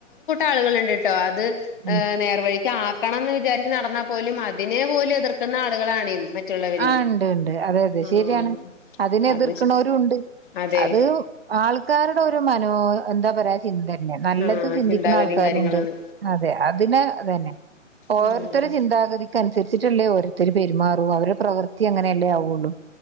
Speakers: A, on the left; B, on the right.
A: ആളുകൾുണ്ട് കേട്ടോ അത്
B: ഉം
A: നേർവഴി ആക്കണംന്ന് വിചാരിച്ച് നടന്നാൽ പോലും അതിനെ പോലും എതിർക്കുന്ന ആളുകളാണ് മറ്റുള്ളവര്
B: ആ ഉണ്ട് ഉണ്ട് അതെ അതെ
A: ആഹ്
B: ശരിയാണ് അതിന എതിർക്കണവരും
A: അത്
B: ഉണ്ട്
A: അതെ
B: അത് ആൾക്കാരുടെ ഒരു മനോ എന്താ പറയാ ചിന്ത തന്നെ നല്ലത്
A: ആഹ്
B: ചിന്തിക്കുന്ന
A: ചിന്താഗതിയും
B: ആൾക്കാരും
A: കാര്യങ്ങളാണ്
B: ഉണ്ട് അതെ അതിനെ അതന്നെ ഓരോത്തരു
A: ഉം
B: ചിന്താഗതിക്ക് അനുസരിച്ചിട്ടുള്ളേ ഓരോത്തര് പെരുമാറൂ അവടെ പ്രവൃത്തി അങ്ങനെയ അല്ലേ ആവുള്ളു